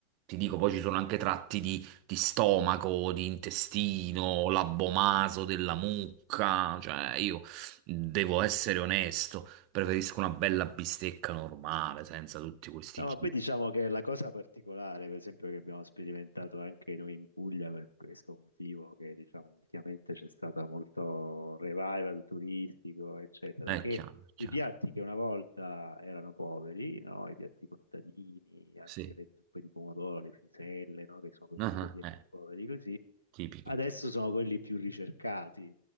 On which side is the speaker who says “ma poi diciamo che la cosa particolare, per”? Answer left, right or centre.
Left